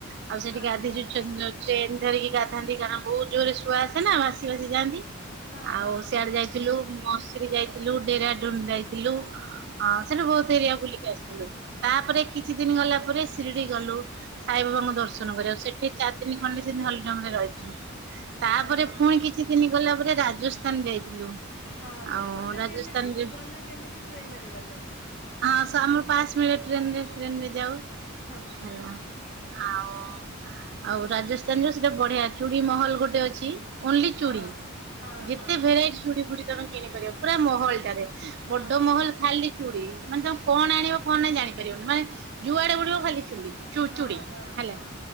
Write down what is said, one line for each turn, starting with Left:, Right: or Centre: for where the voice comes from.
Right: ଆଉ ସେଠି
Left: ହଁ
Right: ଗାଧେଇଚୁ
Left: ହଁ
Right: ଚେନ୍ ଧରିକି ଗାଧାନ୍ତି, କାରଣ- ବହୁତ ଜୋରରେ ସୁଅ ଆସେ ନା ଭାସି ବାସି ଯାଆନ୍ତି।
Left: ହଁ ହଁ
Right: ଆଉ ସିଆଡେ
Left: ହଁ।
Right: ଯାଇଥିଲୁ, ମଶ୍ରୀ ଯାଇଥିଲୁ, ଡେରାଡୁନ ଯାଇଥିଲୁ। ହଁ, ସେଠୁ ବହୁତ ଏରିଆ ବୁଲିକି ଆସିଥିଲୁ, ତାପରେ କିଛି ଦିନ ଗଲା ପରେ ଶିରିଡି ଗଲୁ। ସାଇବାବାଙ୍କୁ ଦର୍ଶନ କରିବାକୁ, ସେଠି ଚାର ତିନି ଖଣ୍ଡେ ସେମିତି ହଲିଡ଼ଙ୍ଗ ରେ ରହିଥିଲୁ, ତାପରେ
Left: ହଁ।
Right: ପୁଣି କିଛି କିଛି ଦିନ ଗଲା ପରେ, ରାଜସ୍ଥାନ ଯାଇଥିଲୁ।
Left: ହଁ,
Right: ଆଉ
Left: ଫେରେ ଗଲେ
Right: ରାଜସ୍ଥାନରେ
Left: କେମିତି? ଗଲେ କେମିତି? ଟ୍ରେନ ରେ ଗଲେ।
Right: ହଁ, ଆସ ଆମ ପାସ ମିଳେ ଟ୍ରେନରେ, ଟ୍ରେନରେ ଯାଉ।
Left: ହଁ ହଁ।
Right: ହେଲା ଆଉ ଆଉ ରାଜସ୍ଥାନ ଯୋଉ ସେଟା ବଢିଆ, ଚୁଡ଼ି ମହଲ ଗୋଟେ ଅଛି। ଓନ୍ଲି
Left: ହଁ
Right: ଚୁଡ଼ି,
Left: ହଁ
Right: ଯେତେ
Left: ହଁ
Right: ଭେରାଇଟି ଚୁଡ଼ି ଫୁଡି ତମେ କିଣି ପାରିବ, ପୁରା ମହଲଟାରେ,
Left: ହଁ
Right: ବଡ
Left: ହଁ।
Right: ମହଲ ଖାଲି ଚୁଡ଼ି। ମାନେ ତମେ କଣ ଆଣିବ କଣ ନାହିଁ ଜାଣିପାରିବନି, ମାନେ ଯୁଆଡେ ବୁଡିବ ଖାଲି ଚୁଲି, ଚୁଡ଼ି
Left: ହଁ ହଁ
Right: ହେଲା।
Left: ହଁ